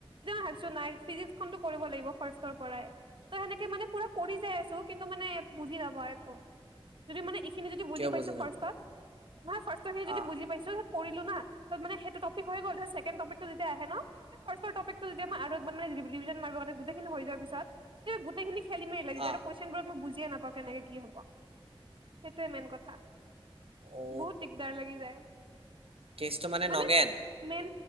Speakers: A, on the right; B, on the right.
A: ভাবিছো নাই ফিজিক্স খনটো কৰিব লাগিব ফাৰ্ষ্টৰ পৰাই ত সেনেকে মানে পুৰা কৰি যাই আছো কিন্তু মানে বুজি নাপাওঁ একো যদি মানে এইখিনি যদি বুজি
B: কিয়
A: পাইছো
B: নাপাওঁ
A: ফাৰ্ষ্টত নহয় ফাৰ্ষ্টৰ খিনি যদি
B: আ
A: বুজি পাইছোঁ তাৰ পিছত কৰিলোঁ না ত মানে সেইটো টপিক হৈ গ'ল তাৰপিছত ছেকেণ্ড টপিক টো যেতিয়া আহে ন ফাৰ্ষ্টৰ টপিকটো যেতিয়া মই আৰু একবাৰ মানে ৰেভিচন মাৰিবৰ কাৰণে গোটেইখিনি হৈ যোৱাৰ পিছত গোটেইখিনি খেলি মেলি লাগি যায়
B: আ
A: আৰু কুৱেশচনবোৰত মই বুজিয়ে নাপাওঁ কেনেকে কি হ'ব সেইটোৱে মেইন কথা
B: অ
A: বহুত দিগদাৰ লাগি যায়
B: কেচটো
A: মানে
B: নগেন
A: মেইন